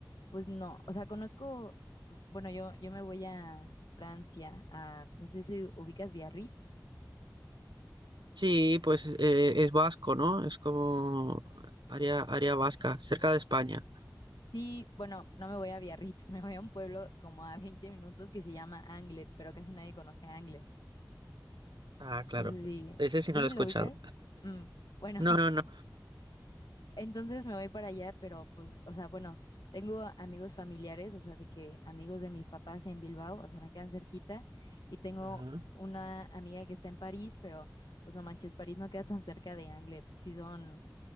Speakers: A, on the left (about 85°); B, on the right (about 80°).
A: Pues no, o sea, conozco, mm, bueno, yo, yo me voy a Francia, a, no sé si ubicas Biarritz.
B: Sí, pues eh, es vasco, ¿no? Es como área, área vasca, cerca de España.
A: Sí, bueno, no me voy a Biarritz, <laughs> me voy a un pueblo como a 20 minutos que se llama Anglet, pero casi nadie conoce Anglet.
B: Ah, claro.
A: No sé si,
B: Ese sí
A: ¿sí
B: no lo he escuchado.
A: lo ubicas? Mm, bueno,
B: No, no, no.
A: Entonces me voy para allá, pero pues, o sea, bueno, tengo amigos familiares, o sea, de que amigos de mis papás en Bilbao, o sea, me quedan cerquita y tengo
B: Ajá.
A: una amiga que está en París, pero pues no manches, París no queda tan cerca de Anglet, sí son